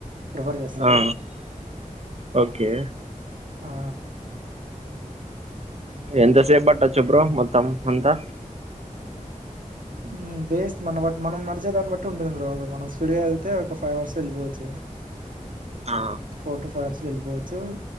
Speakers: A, on the right; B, on the right.
A: ప్రిఫర్ చేస్తారు
B: ఆ ఓకే
A: ఆ
B: ఎంతసే బట్ అ చెబ్ర
A: సో
B: మొత్తం అంతా
A: మ్మ్ బేస్ మన బట్ మనం నడిచే దాన్ని బట్టి ఉంటుంది బ్రో మనం స్పీడ్గా వెళ్తే ఒక ఫైవ్ అవర్స్ లో వెళ్ళిపోవచ్చు
B: ఆ
A: ఫోర్ టు ఫర్స్ వెళ్ళిపోవచ్చు